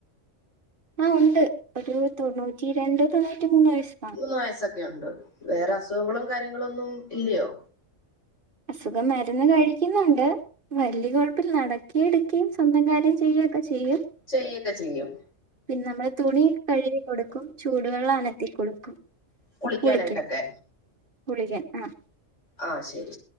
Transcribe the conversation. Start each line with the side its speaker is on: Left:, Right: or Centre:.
Right: ആഹ് ഉണ്ട് ഒരു തൊണ്ണൂറ്റി രണ്ട് തൊണ്ണൂറ്റി മൂന്ന് വയസ്സ്
Left: തൊണ്ണൂറ്റിമൂന്ന് വയസ്സൊക്കെ ഉണ്ട് വേറെ അസുഖങ്ങളും കാര്യങ്ങളും ഒന്നും ഇല്ലയോ
Right: അസുഖം മരുന്ന് കഴിക്കുന്നുണ്ട് വലിയ കൊഴപ്പല്ല നടക്കുവേം എടുക്കയും സ്വന്തം കാര്യം ചെയ്യുകൊക്കെ ചെയ്യും
Left: ചെയ്യൊക്കെ ചെയ്യും
Right: പിന്നെ നമ്മള് തുണി കഴുകി കൊടുക്കും ചൂടുവെള്ളം അനത്തി കൊടുക്കും
Left: കുളിക്കാനായിട്ടൊക്കെ
Right: കുളിക്കാൻ കുളിക്കാൻ ആഹ്
Left: ആഹ് ശരി